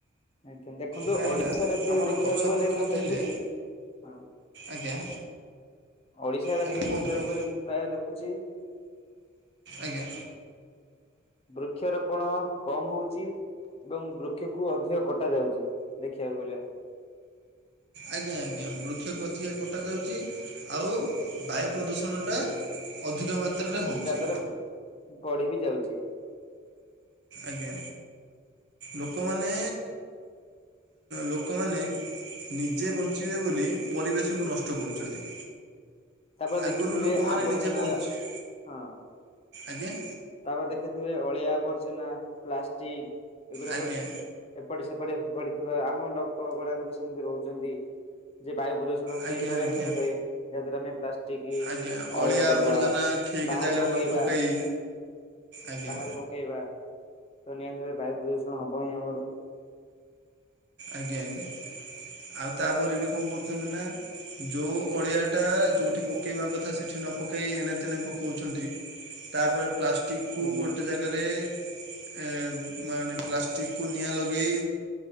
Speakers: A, on the left (about 30°); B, on the right (about 55°).
A: ଆଜ୍ଞା ଦେଖନ୍ତୁ
B: କାହିଁକି
A: ଓଡିଶା
B: ନା
A: ରାଜ୍ୟରେ
B: ଆମର
A: ଦେଖିବାକୁ
B: ଗଛପତ୍ର
A: ଗଲେ ମୁଁ
B: ଥିଲେ
A: ଦେଖୁଛି ହଁ
B: ଆଜ୍ଞା।
A: ଓଡିଶା ରାଜ୍ୟରେ
B: ଆଜ୍ଞା କୁହନ୍ତୁ
A: ଦେଖିବାକୁ
B: ଭାଇ
A: ଗଲେ ମୁଁ ପ୍ରାୟ ଦେଖୁଚି।
B: ଆଜ୍ଞା
A: ବୃକ୍ଷରୋପଣ କମ୍ ହୋଉଚି। ଏବଂ ବୃକ୍ଷକୁ ଅଧିକ କଟା ଯାଉଚି ଦେଖିଆକୁ ଗଲେ।
B: ଆଜ୍ଞା ଆଜ୍ଞା ବୃକ୍ଷକୁ ଅଧିକ କଟାଯାଉଚି। ଆଉ ବାୟୁ ପ୍ରଦୂଷଣଟା ଅଧିକ ମାତ୍ରାରେ ହେଉଛି
A: ଯା ଦ୍ଵାରା ଗଢି ବି ଯାଉଚି।
B: ଆଜ୍ଞା। ଲୋକମାନେ ଲୋକମାନେ ନିଜେ ବନ୍ ଞ୍ଚିବେ ବୋଲି
A: ଆଜ୍ଞା
B: ପରିବେଶକୁ ନଷ୍ଟ କରୁଛନ୍ତି।
A: ତାପରେ
B: ଆଗରୁ
A: ଦେଖିଥିବେ
B: ଲୋକମାନେ
A: ଆବର୍ଜନା
B: ନିଜେ ବଞ୍ଚିବେ
A: ହଁ
B: ଆଜ୍ଞା।
A: ତାପରେ ଦେଖିଥିବେ ଆଉ ଅଳିଆ ଆବର୍ଜନା ପ୍ଲାଷ୍ଟିକ୍ ଏଗୁଡାକ।
B: ଆଜ୍ଞା
A: ଏପଟେ ସେପଟେ ପଡିଥିବା ଆମ ଲୋକ ଗୁଡାକ ବି ସେମତି ରହୁଚନ୍ତି। ଯେ ବାୟୁ ପ୍ରଦୂଷଣ ତେଣୁ
B: ଆଜ୍ଞା
A: ସେଇ ଦ୍ଵାରା
B: ଆଜ୍ଞା
A: ହିଁ ହେଇଥାଏ। ଯା ଦ୍ଵାରା ଆମେ ପ୍ଲାଷ୍ ଠିକି
B: ଆଜ୍ଞା
A: ଅଳିଆ
B: ଆବର୍ଜନା
A: ଡବା
B: ଠିକ୍
A: ବାହାରେ
B: ଜାଗାରେ
A: ପକେଇବା।
B: ନ ପକାଇ ଆଜ୍ଞା
A: ବାହାରେ ପକେଇବା ତ ନିହାତି ଭାବରେ ବାୟୁ ପ୍ରଦୂଷଣ ହବ ହିଁ ଆମର।
B: ଆଜ୍ଞା ଆଜ୍ଞା ଆଉ ତାପରେ ବି କଁ କରୁଚନ୍ତି ନା ଯୋଉ ଅଳିଆଟା ଯୋଉଠି ପକେଇବା କଥା ସେଠି ନ ପକାଇ ଏଣେ ତେଣେ ପକଉଛନ୍ତି। ତାପରେ ପ୍ଲାଷ୍ଟିକ୍ କୁ
A: ଆଜ୍ଞା
B: ଗୋଟେ ଜାଗାରେ ଏଁ ମାନେ ପ୍ଲାଷ୍ଟିକ୍ କୁ ନିଆଁ ଲଗେଇ।